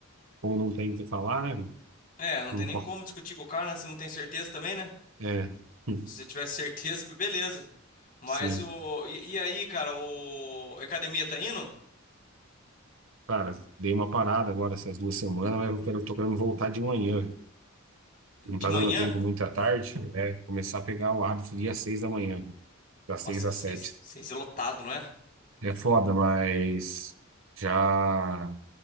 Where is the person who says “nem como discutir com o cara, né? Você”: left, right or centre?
Left